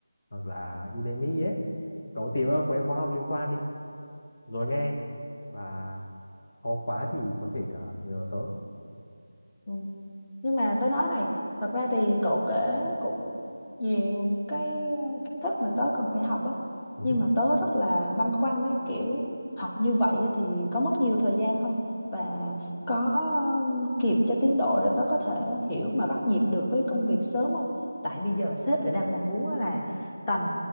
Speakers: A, on the left; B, on the left.
A: hoặc là Udemy ấy cậu tìm các cái khóa học liên quan đi rồi nghe và khó quá thì có thể ờ, nhờ tớ
B: Ừ. nhưng mà tớ nói này thật ra thì cậu kể cũng nhiều cái ờ, kiến thức mà tớ cần phải học á
A: Ừ.
B: nhưng mà tớ rất là băn khoăn ấy kiểu học như vậy á, thì có mất nhiều thời gian không và có kịp cho tiến độ để tớ có thể hiểu mà bắt nhịp được với công việc sớm không tại bây giờ sếp lại đang mong muốn á là tầm